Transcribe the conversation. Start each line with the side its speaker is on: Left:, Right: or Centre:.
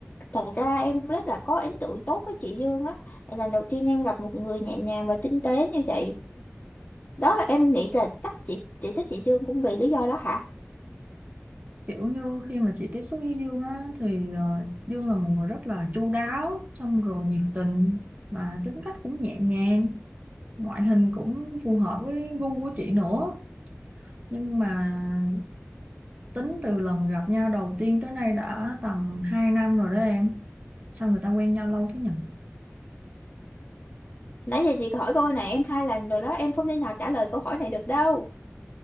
Left: thật ra em rất là có ấn tượng tốt với chị Dương á lần đầu tiên em gặp một người nhẹ nhàng và tinh tế như vậy đó là em nghĩ là chắc chị chị thích chị Dương cũng vì lý do đó hả
Right: Kiểu như khi mà chị tiếp xúc với Dương á thì ờ, Dương là một người rất là chu đáo xong rồi nhiệt tình mà tính cách cũng nhẹ nhàng ngoại hình cũng phù hợp với gu của chị nữa nhưng mà Tính từ lần gặp nhau đầu tiên tới nay đã tầm 2 năm rồi đó em. Sao người ta quen nhau lâu thế nhỉ?
Left: Nãy giờ chị hỏi câu này em hai lần rồi đó, em không thể nào trả lời câu hỏi này được đâu.